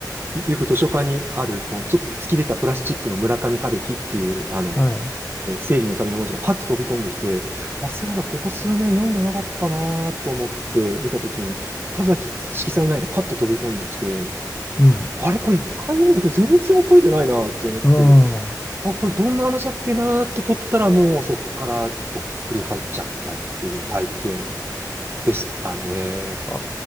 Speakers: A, on the right; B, on the left.
A: よく図書館にある、このちょっと突き出たプラスチックの村上春樹っていう、あの、
B: はい。
A: えー生理のための文字がパッと飛び込んできて、あ、そういえばここ数年読んでなかったなと思って見たときに、田崎色彩ないがパッと飛び込んできて、
B: うん。
A: あれこれ一回読んだけど全然覚えてないなと思って、
B: あ
A: あ、これどんな話だっけなって取ったらもうそっからどっぷり入っちゃったっていう体験でしたね。
B: あ。